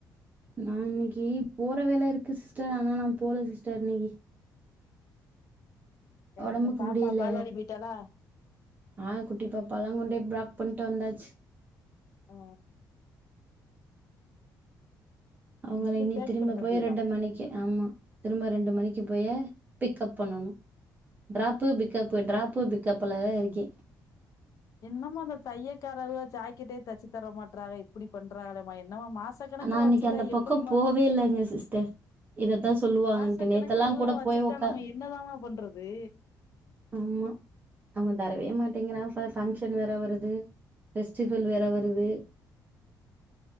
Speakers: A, on the right (about 25°); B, on the left (about 50°).
A: நான் இன்னைக்கு போற வேலை இருக்கு சிஸ்டர் ஆனா நா போல சிஸ்டர் இன்னைக்கு ஒடம்புக்கு
B: என்ன பாப்பா
A: முடியில
B: பால்வாடி போயிட்டாலா
A: ஆ குட்டிப்பால கொண்டேப்ர போட்டு வந்தாஜு
B: ஆ
A: அவங்கள
B: இன்னைக்கு
A: இனி
B: பேக்
A: திரும்ப
B: பண்ணிட்டு
A: போய்
B: வந்தீகளா
A: ரெண்டு மணிக்கு ஆமா திரும்ப ரெண்டு மணிக்கு இப்பய பிக் அப் பண்ணணு டிராபு பிக்கப் டிராபு பிக் கப்ல தா இருக்கே
B: இன்னுமு அந்த தையக்காரவுக ஜாக்கிட்டே தெச்சு தர மாட்றாக இப்படி பண்றாகலே மா என்னமா மாச கணக்குல
A: நா அன்னைக்கு
B: வச்சுட்டா
A: அந்த பக்கம்
B: எப்புடிமா
A: போவே இல்லங்க சிஸ்டர் இதத்தா சொல்லுவாங்கன்ட்டு
B: மாச
A: நேத்தெல்லா
B: கணக்குல இவ்ளுகளு
A: கூட
B: வச்சுக்கிட்டா
A: போய் உக்கா
B: நாம என்னதாமா பண்றது
A: ஆமா அவுங்க தரவே மாட்டேங்றா அ ஃபங்க்ஷன் வேற வருது ஃபெஸ்டிவல் வேற வருது